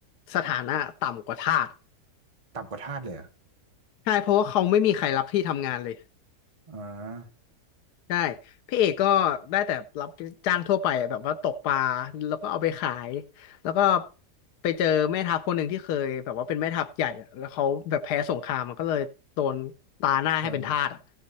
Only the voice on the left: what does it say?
สถานะต่ำกว่าทาส
ใช่เพราะว่าเขาไม่มีใครรับที่ทำงานเลย
ใช่พี่เอกก็ได้แต่รับจ้างทั่วไปอะแบบว่าตกปลาแล้วก็เอาไปขายแล้วก็ไปเจอแม่ทัพคนหนึ่งที่เคยแบบว่าเป็นแม่ทัพใหญ่อะแล้วเขาแบบแพ้สงครามมันก็เลยโดนตาหน้าให้เป็นทาสอ่ะ